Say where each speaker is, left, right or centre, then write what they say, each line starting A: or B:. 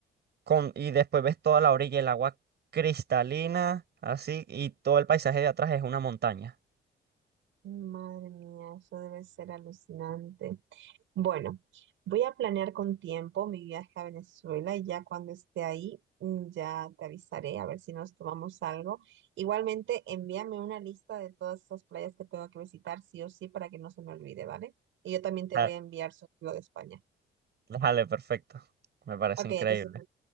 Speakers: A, on the right; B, on the right.
A: con, y después ves toda la orilla, el agua cristalina, así, y todo el paisaje de atrás es una montaña.
B: Madre mía, eso debe ser alucinante. Bueno, voy a planear con tiempo mi viaje a Venezuela y ya cuando esté ahí, mm, ya te avisaré a ver si nos tomamos algo. Igualmente, envíame una lista de todas esas playas que tengo que visitar, sí o sí, para que no se me olvide, ¿vale? Y yo también te
A: Ah,
B: voy a enviar sobre lo de España.
A: Dale, perfecto. Me parece
B: Ok,
A: increíble.
B: entonces